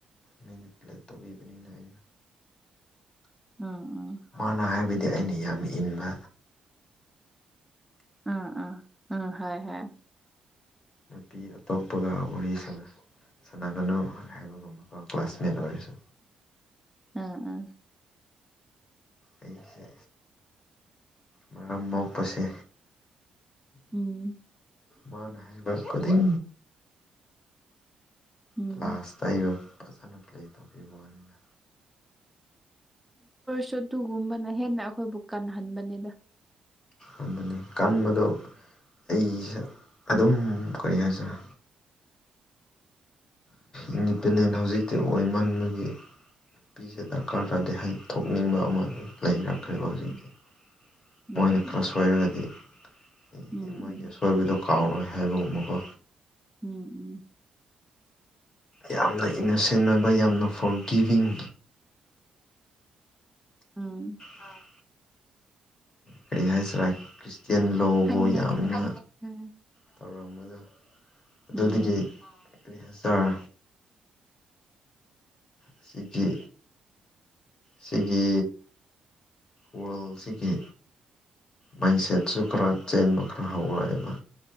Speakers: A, on the left; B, in the centre.
A: ꯃꯤꯅ ꯄ꯭ꯂꯦ ꯇꯧꯕꯤꯕꯅꯤꯅ ꯑꯩ
B: ꯎꯝ ꯎꯝ
A: ꯀꯥꯟꯅ ꯍꯥꯏꯕꯗꯤ ꯑꯩꯅ ꯌꯥꯝ ꯏꯟꯕ
B: ꯎꯝ ꯎꯝ ꯎꯝ ꯍ ꯍ
A: ꯅꯨꯄꯤ ꯑꯇꯣꯞꯄꯒ ꯋꯥꯔꯤꯔꯤꯁꯅ ꯁꯅꯥꯒꯅꯨ ꯍꯥꯏꯕꯒꯨꯝꯕꯀ ꯀ꯭ꯂꯥꯁꯃꯦꯠ ꯑꯣꯏꯔꯁꯨ
B: ꯎꯝ ꯎꯝ
A: ꯑꯩꯁ ꯃꯔꯝ ꯃꯣꯛꯄꯁꯦ
B: ꯎꯝ
A: ꯃꯥꯅ ꯍꯥꯏ ꯀꯣꯏ
B: ꯎꯝ
A: ꯀ꯭ꯂꯥꯁ ꯑꯩꯕꯨ ꯐꯖꯅ ꯄ꯭ꯂꯦ ꯇꯧꯕꯤꯕꯅꯤꯅ
B: ꯁꯇꯨꯒꯨꯝꯕꯅ ꯍꯦꯟꯅ ꯑꯩꯈꯣꯏꯕꯨ ꯀꯟꯍꯟꯕꯅꯤꯗ
A: ꯑꯗꯨꯅꯤ ꯀꯟꯕꯗꯣ ꯑꯩꯁꯦ ꯑꯗꯨꯝ ꯀꯔꯤ ꯍꯥꯏꯁꯤꯔꯦ ꯏꯟꯗꯤꯄꯦꯟꯗꯦꯟ ꯍꯧꯖꯤꯛꯇꯤ ꯑꯣꯏꯃꯟꯕꯒꯤ ꯄꯄꯤꯁꯦ ꯗꯔꯀꯥꯔ ꯇꯥꯗꯦ ꯍꯥꯏ ꯊꯣꯛꯅꯤꯡꯕ ꯑꯃ ꯂꯩꯔ ꯈꯕ
B: ꯎꯝ
A: ꯍꯧꯖꯤꯛꯇꯤ
B: ꯎꯝ
A: ꯃꯣꯏꯅ ꯈꯔ ꯁꯣꯏꯔꯒꯗꯤ ꯍꯥꯏꯗꯤ
B: ꯎꯝ ꯎꯝ
A: ꯃꯣꯏꯒꯤꯁ ꯑꯣꯏꯕꯗꯣ ꯀꯥꯎꯔꯣꯏ ꯍꯥꯏꯕꯒꯨꯝꯕꯀꯣ
B: ꯎꯝ ꯎꯝ
A: ꯌꯥꯝꯅ ꯏꯅꯣꯁꯦꯟ ꯑꯣꯏꯕ ꯌꯥꯝꯅ ꯐꯣꯔ ꯒꯤꯕꯤꯡ
B: ꯑꯥ
A: ꯑꯥ ꯀꯔꯤ ꯀꯔꯤ ꯍꯥꯏꯁꯤꯔꯥ ꯈ꯭ꯔꯤꯁꯇꯌꯥꯦꯟ ꯂꯣꯕꯨ
B: ꯈꯪꯉꯦ
A: ꯌꯥꯝꯅ
B: ꯈꯪꯉꯦ ꯎꯝ
A: ꯇꯧꯔꯝꯕꯗꯣ ꯑꯗꯨꯗꯒꯤ
B: ꯎꯝ
A: ꯀꯔꯤ ꯍꯥꯏꯇꯥꯔ ꯑꯁꯤꯒꯤꯒꯤ ꯁꯤꯒꯦ ꯋꯥꯜꯁꯤꯒꯦ ꯃꯥꯏꯟꯁꯦꯠꯁꯨ ꯈꯔ ꯆꯦꯟꯕ ꯈꯔ ꯍꯧꯔꯛꯑꯦꯕ